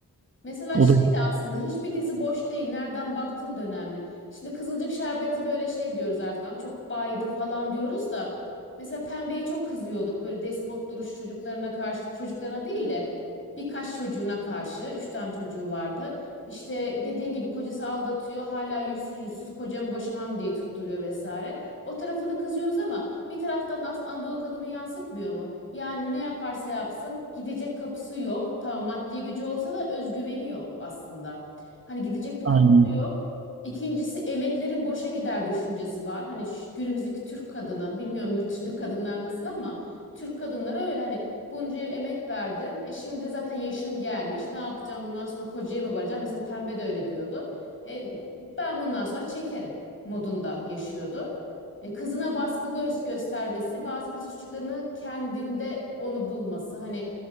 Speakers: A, on the left; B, on the right.
A: Mesela
B: O
A: şey
B: da
A: de aslında hiçbir dizi boş değil. Nereden baktığın da önemli. Şimdi Kızılcık Şerbeti böyle şey diyoruz artık ama çok baydı falan diyoruz da. Mesela Pembe'ye çok kızıyorduk. Böyle despot duruş çocuklarına karşı çocuklarına değil de birkaç çocuğuna karşı. Üç tane çocuğu vardı. İşte dediğin gibi kocası aldatıyor. Hala yüzsüz yüzsüz kocamı boşamam diye tutturuyor vesaire. O tarafını kızıyoruz ama bir taraftan da aslında Anadolu kadını yansıtmıyor mu? Yani ne yaparsa yapsın gidecek kapısı yok. Tamam maddi gücü olsa da özgüveni yok aslında. Hani gidecek bir kapısı
B: aynı.
A: yok. İkincisi emeklerin boşa gider düşüncesi var. Hani şu günümüzdeki Türk kadını bilmiyorum yurt dışında kadınlar nasıl ama Türk kadınları öyle hani bunca yıl emek verdim. E şimdi zaten yaşım gelmiş. Ne yapacağım bundan sonra kocaya mı varacağım? Mesela Pembe de öyle diyordu. E, ben bundan sonra çekerim modunda yaşıyordu. E, kızına baskı göz göstermesi, bazı kız çocuklarının kendinde onu bulması. Hani